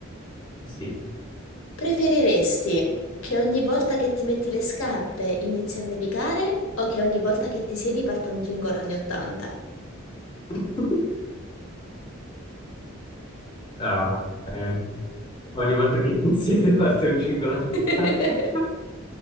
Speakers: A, on the left; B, on the left.
A: Sì.
B: Preferiresti che ogni volta che ti metti le scarpe inizi a nevicare o che ogni volta che ti siedi parta un jingle anni 80?
A: <laughs> Ah, eh, Ogni volta che iniziate parte un jingle alternato.
B: <laughs>